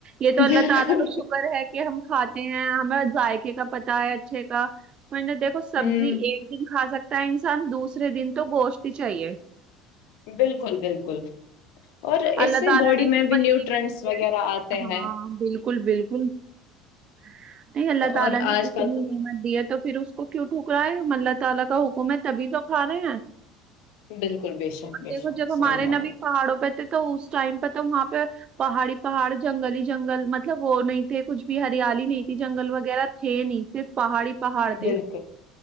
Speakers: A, on the right; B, on the left.
A: یہ تو اللہ
B: بالکل
A: تعالی کا شک کر ہے کہ ہم کھاتے ہیں ہمیں ذائکے کا پتا ہے اچھے کا میں نے دیکھ سبزی
B: ہوں
A: ایک دن کھا سکتا ہے انسان دوسرے دن تو گوشت ہی چاہیے
B: بالکل بالکل اور
A: اللہ
B: اس سے
A: تعالی
B: باڈی
A: نے اتنی
B: میں بھی
A: بڑی
B: نیوٹرنٹس
A: قمت
B: وغیرہ آتے
A: <inaudible> ہاں
B: ہیں
A: بالکل بالکل نہیں اللہ تعالی
B: اور
A: نے
B: آج
A: اتنی
B: کل تو
A: نعمت دی ہے تو پھر اس کو کیوں ٹھکرائے ہم الله تعالی کا حکم ہے تبھی تو کھا رہے ہیں
B: بالکل بیشک بیشک
A: دیکھو جب
B: صحیح
A: ہمارے
B: بات
A: نبی پہاڑوں پہ تھے تو اس ٹائم پہ تو وہاں پہ پہاڑ ہی پہاڑ جنگل ہی جنگل مطلب وہ نہیں تھے کچھ بھی ہریالی نہیں تھی جنگل وغیرہ تھے نہیں صرف پہاڑ ہی پہاڑ تھے
B: بالکل